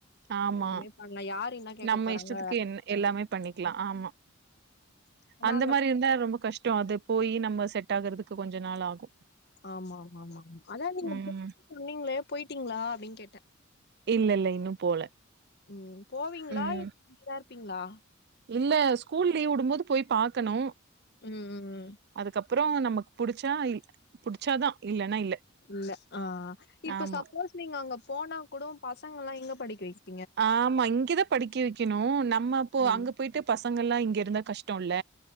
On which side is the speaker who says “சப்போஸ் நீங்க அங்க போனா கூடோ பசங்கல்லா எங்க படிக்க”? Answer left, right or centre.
Left